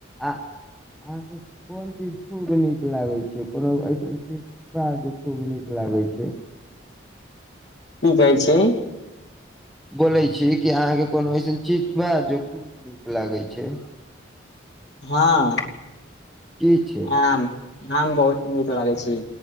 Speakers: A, in the centre; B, on the left.
A: आ अहाँके कोन चीज खूब नीक लागै छै कोनो अइसन चीज बा जे खूब नीक लागै छै
B: कहइ छै
A: बोलै छी कि अहाँके कोनो अइसन चीज बा जे खूब नीक लागै छै
B: हाँ
A: की छै
B: आम आम बहुत नीक लागै छी